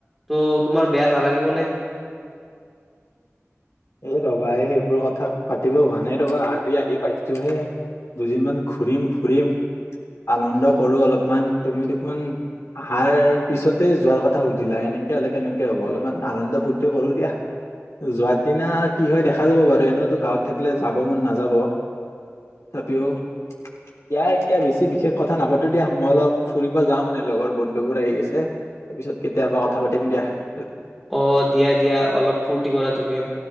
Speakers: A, in the centre; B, on the left.
A: ত' তোমাৰ বেয়া নালাগিব নে
B: এ ৰবা সেইবোৰ কথা পাতিব হোৱা নাই ৰবা আজি আহি পাইছোহে দুদিনমান ঘুৰিম ফুৰিম আনন্দ কৰো অলপমান তুমি দেখোন আহাৰ পিছতে যোৱাৰ কথা সুধিলা সেনেকে হলে কেনেকে হ'ব অলপমান আনন্দ ফুৰ্তি কৰো দিয়া যোৱাত সিদিনা কি হয় দেখা যাব বাৰু এনেওঁতো গাঁৱত থাকিলে যাব মন নাযাব তথাপিও দিয়া এতিয়া বেছি বিশেষ কথা নাপাতো দিয়া মই অলপ ফুৰিব যাওঁ মানে লগৰ বন্ধুবোৰ আহি আছে তাৰপিছত কেতিয়াবা কথা পাতিম দিয়া
A: অ দিয়া দিয়া অলপ ফূৰ্তি কৰা তুমিও